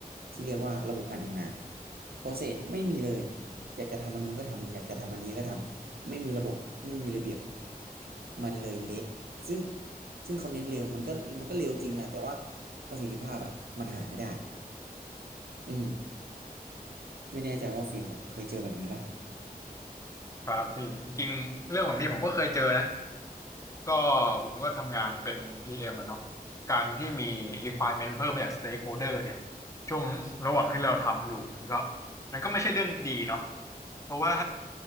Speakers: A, on the right; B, on the left.
A: ที่เรียกว่าระบบการทำงาน process ไม่มีเลยอยากจะทำอันนู้นก็ทำอยากจะทำอันนี้ก็ทำไม่มีระบบไม่มีระเบียบมันเลยเละซึ่งซึ่งเขาเน้นเร็วมันก็มันก็เร็วจริงอะแต่ว่าประสิทธิภาพอะมันหาไม่ได้ อืมไม่แน่ใจว่าฟิลอะเคยเจอแบบนี้ปะ
B: ครับพี่จริงๆเรื่องแบบนี้ผมก็เคยเจอนะก็ผมก็ทำงานเป็น PM อมอะเนาะการที่มี requirement เพิ่มมาจาก stakeholder เนี่ยช่วงระหว่างที่เราทำอยู่มันก็มันก็ไม่ใช่เรื่องดีเนาะเพราะว่า